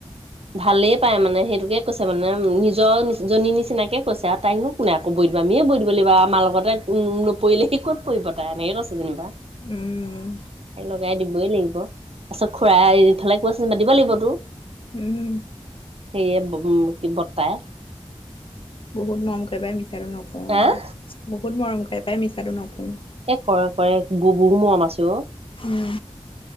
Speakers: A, on the right; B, on the left.
A: ভালেই পাই মানে সেইটোকে কৈছে মানে নিজৰ নি জনীৰ নিচিনাকে কৈছে। তাইনো কোনে আক বৈ দিব আমিয়ে বৈ বুলি আমাৰ লগতে উম নপৰিলে সি ক'ত পৰিব তাই এনেকে আছে যেনিবা।
B: উম।
A: ত লগাই দিবই লাগিব। পাছত খুৰা এফালে কৈছে মাদিব লাগিব তো।
B: উম।
A: সেইয়া উম। টি বৰ্তাই।
B: বহুত মৰম কৰে পাই মি <unintelligible>
A: আহ
B: বহুত মৰম কৰে তাই মিছাটো নকম
A: এ কৰে কৰে, বহুত মৰম আছে অঁ।
B: উম।